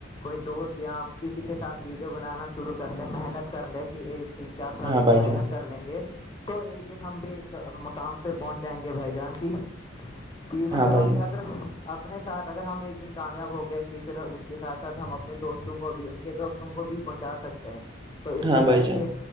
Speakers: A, on the left (about 20°); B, on the right (about 25°).
A: کوئی دوست یا کسی کے ساتھ ویڈیو بنانا شروع کر لے محنت کر لے کہ ایک تین چار سال
B: ہاں
A: ایک
B: بھائی
A: محنت
B: جان
A: کر لیں گے تو ایک دن ہم بھی ایک مقام پہ پہنچ جائیں گے بھائی جان کی کہ پھر
B: ہاں بھائی
A: اپنے
B: جان
A: اگر اپنے ساتھ اگر ہم ایک دن کامیاب ہو گئے کہ پھر اس کے ساتھ ساتھ ہم اپنے دوستوں کو بھی ان کے دوست تم کو بھی پہنچا سکتے ہیں تو اس
B: ہاں
A: سے
B: بھائی
A: پہلے
B: جان
A: کہ